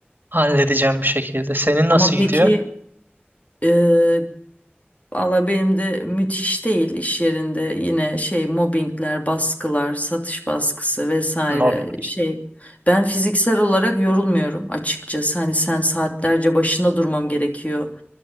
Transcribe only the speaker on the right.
halledeceğim bir şekilde. Senin nasıl
gidiyor?
Mobbing.